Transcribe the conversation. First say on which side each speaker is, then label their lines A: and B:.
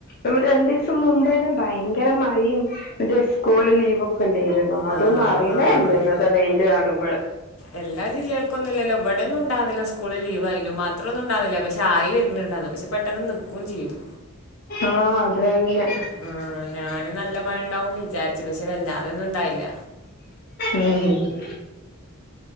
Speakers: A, on the left; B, on the left.
A: ഇവടെ രണ്ടീസം മു മ്പാണ് ഭയങ്കര മയിം <unintelligible> സ്കൂള് ലീവൊ ക്കെലെയിരുന്നൊ അതൊന്നും
B: ആഹ്
A: അറിയന്നേ
B: ആഹ്
A: ല്ല ഇന്നത്തെ വെയില് കാണുമ്പള്
B: എല്ലാ ജില്ലേൾക്കൊന്നുല്ലലോ ഇവ്ടെന്നും ഉണ്ടാവ് ലസ്കൂള് ലീവ് അയ്നു മാത്രം ഒന്നുണ്ടാവില്ല പക്ഷെ ആയി വര്ന്ണ്ട് അത് പക്ഷെ പെട്ടെന്ന് നിക്കും ചെയ്തു
A: ആ അതെ പിന്നെ
B: ആഹ് ഞാന് നല്ല മഴ ഇണ്ടാവും വിചാരിച്ച് പക്ഷെ വല്ലാതൊന്നും ഇണ്ടായില്ല.
A: ഉം